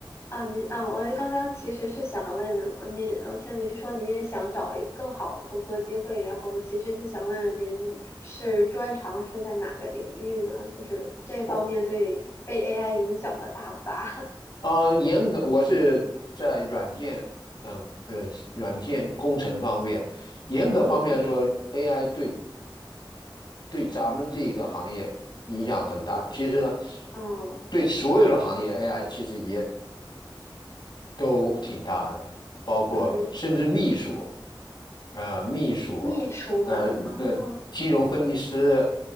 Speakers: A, on the left; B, on the left.
A: 啊，您啊，我刚刚其实是想问呃您，我听您说您也想找一个更好的工作机会，然后其实是想问问您是专长是在哪个领域呢？就是这方面对被
B: 我
A: AI 影响的大不大？
B: 呃，严格我是在软件，嗯呃，软件工程方面，严格方面说，AI
A: <laughs> 嗯嗯
B: 对对咱们这个行业影响很大。
A: 嗯，
B: 其实呢，
A: 哦，
B: 对所有的行业，AI 其实也都挺大的，包括甚至秘书，
A: 对，
B: 呃，秘书，
A: 秘书嘛，
B: 呃呃，
A: 哦
B: 金融分析师，